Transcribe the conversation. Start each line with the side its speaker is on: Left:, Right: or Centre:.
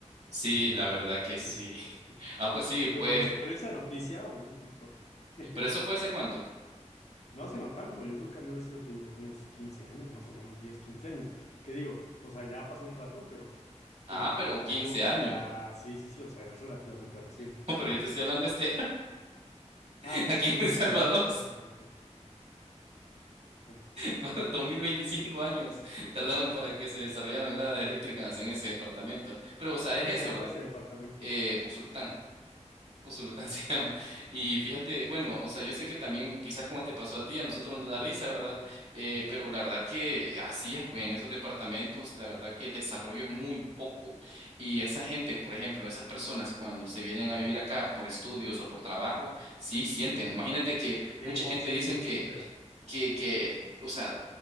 Right: Sí,
Left: que,
Right: la verdad que
Left: que
Right: sí.
Left: eres de lugar chiquito.
Right: Ah, pues sí, pues,
Left: Pero cuando salió esa noticia, uy, híjole. <laughs>
Right: pero eso fue hace cuánto?
Left: No hace no tanto, yo creo que han de haber sido, te digo, unos 15 años, más o menos 10, 15 años. Que digo, o sea, ya pasó un rato, pero,
Right: Ah,
Left: pero para
Right: pero
Left: la
Right: 15
Left: época
Right: años.
Left: ya, sí, sí, sí, o sea, es relativamente reciente.
Right: <laughs> No, pero yo te estoy hablando este <laughs>
Left: Ah, ¿tú
Right: aquí
Left: estás
Right: en
Left: hablando
Right: El
Left: de
Right: Salvador.
Left: este año? Ah, ok, ok. Bueno,
Right: <laughs> dos mil veinticinco años tardaron para que se desarrollaran gradas eléctricas en ese departamento. Pero, o sea,
Left: ¿cómo
Right: es eso,
Left: se llama
Right: ¿verdad?
Left: ese departamento?
Right: Eh, Usulután. Usulután <laughs> se llama. Y fíjate, bueno, o sea, yo sé que también quizás como te pasó a ti, a nosotros nos da risa, ¿verdad? Eh, pero la verdad que así es, pues en esos departamentos, la verdad que el desarrollo es muy poco. Y esa gente, por ejemplo, esas personas cuando se vienen a vivir acá por estudios o por trabajo, sí sienten.
Left: Ujú.
Right: Imagínate que
Left: Sí,
Right: mucha
Left: sí,
Right: gente
Left: sí,
Right: dicen
Left: sí,
Right: que,
Left: sí pega.
Right: que, que, o sea,